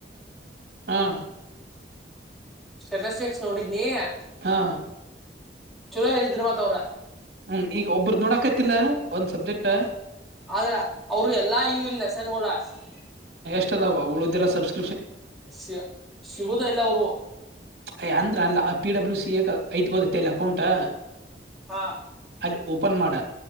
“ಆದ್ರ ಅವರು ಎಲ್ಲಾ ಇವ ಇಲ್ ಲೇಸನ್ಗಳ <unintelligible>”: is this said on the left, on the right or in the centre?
Centre